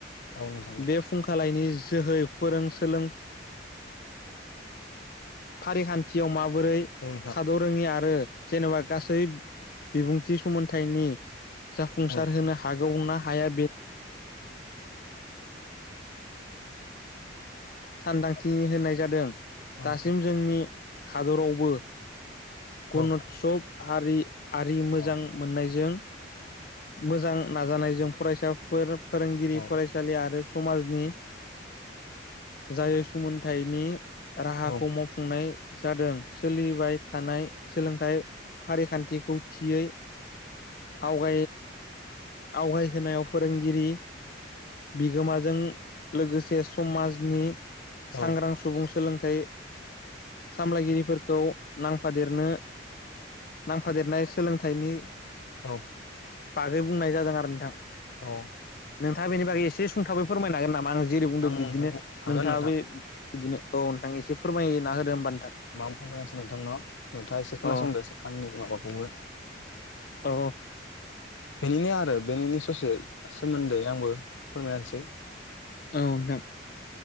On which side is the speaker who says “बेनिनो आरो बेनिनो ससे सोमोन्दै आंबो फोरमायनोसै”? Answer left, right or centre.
Left